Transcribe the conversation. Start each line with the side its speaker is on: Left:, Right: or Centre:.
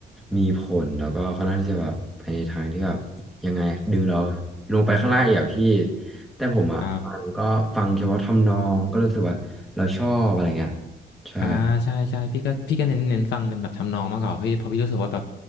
Centre: มีผลแล้วก็ค่อนข้างที่จะแบบไปในทางที่แบบยังไงดึงเราลงไปข้างล่างอีกอะพี่แต่ผมอ่ะฟังก็ฟังเฉพาะทำนองก็รู้สึกว่าเราชอบอะไรเงี้ย
Left: ครับ
Centre: ใช่
Left: อ่าใช่ใช่พี่ก็พี่ก็เน้นเน้นฟังเป็นแบบทำนองมากกว่าพี่เพราะพี่รู้สึกว่าแบบ